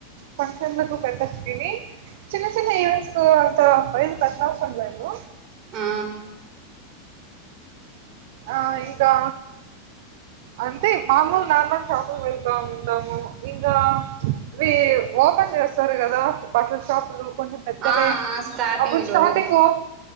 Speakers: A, on the right; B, on the right.
A: ఫంక్షన్ లకు కట్టొచ్చని చిన్న చిన్న ఈవెంట్స్ కు అంత ఫయిల్ తటన్ అవసరం లేదు.
B: ఆ
A: ఆ ఇంకా అంతే మామూల్ నార్మల్ చపాలు వేల్ తొంతాము. ఇంగా వీ ఓపెన్ జేస్తారు కదా బట్టల షాపులు కొంచెం పెద్దవే
B: ఆ స్టార్టింగ్
A: అప్పుడు
B: లో
A: స్టార్టింగు